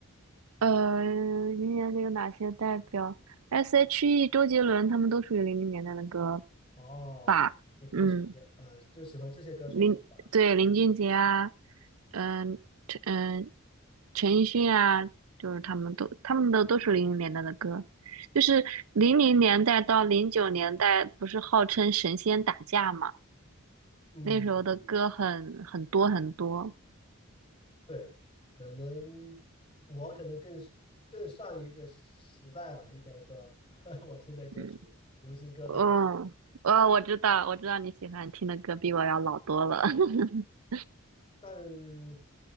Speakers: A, on the right; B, on the left.
A: 呃，零零年代有哪些代表？S.H.E、周杰伦他们都属于零零年代的歌
B: 哦，
A: 吧？
B: 那歌手是，
A: 嗯。
B: 呃，就喜欢这些歌手的是吧？
A: 林对林俊杰啊，嗯、陈嗯、陈奕迅啊，就是他们都他们的都是零零年代的歌，就是零零年代到零九年代不是号称神仙打架嘛，
B: 啊，嗯，
A: 那时候的歌很很多很多，
B: 对，可能我可能更是更上一个时代了，应该说，<laughs> 我听的歌曲，
A: 嗯
B: 流行歌的话，
A: 嗯，哦，我知道我知道你喜欢听的歌比我要老多了，<laughs>
B: 但